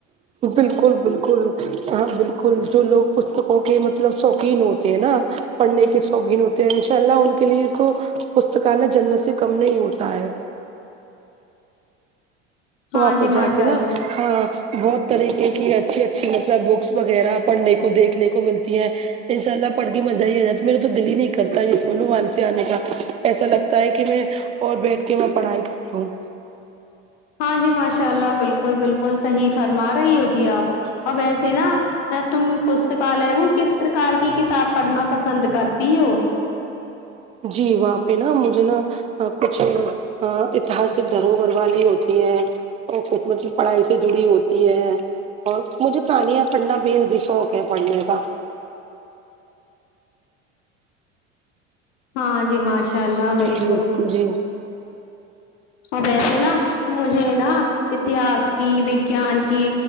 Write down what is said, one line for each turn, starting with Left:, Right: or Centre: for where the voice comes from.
Right: بالکل بالکل ہاں بالکل جو لوگ پستکوں کے مطلب شوقین ہوتے ہیں نا پڑھنے کے شوگین ہوتے ہیں ان شاء اللہ ان کے لیے تو پستکالیہ جنت سے کم نہیں ہوتا ہے
Left: ہاں
Right: واپس
Left: جی
Right: جا
Left: ماشاء
Right: کے
Left: اللہ
Right: نا ہاں بہت طریقے کی اچھی اچھی مطلب بکس وغیرہ پڑھنے کو دیکھنے کو ملتی ہیں انشاء اللہ پڑھ کے مزہ ہی آ جاتا میرے تو دل ہی نہیں کرتا جیس مو مان سے آنے کا ایسا لگتا ہے کہ میں اور بیٹھ کے میں پڑھائی کر لوں
Left: ہاں جی ماشاء اللہ بالکل بالکل صحیح فرما رہی ہو جی آپ ا ویسے نا تم پستکالیہ میں کس پرکار کی کتاب پڑھنا پسند کرتی وہ
Right: جی وہاں پہ نا مجھے نا کچھ اتہاسک دھروہر والی ہوتی ہے اور خدمت پڑھائی سے جڑی ہوتی ہے اور مجھے کہانیاں پڑھنا بے اد ہی شوق ہے پڑھنے کا
Left: ہاں جی ماشاء اللہ بالکل
Right: جی جی
Left: اور ویسے نا مجھے نا اتہاس کی وگیان کی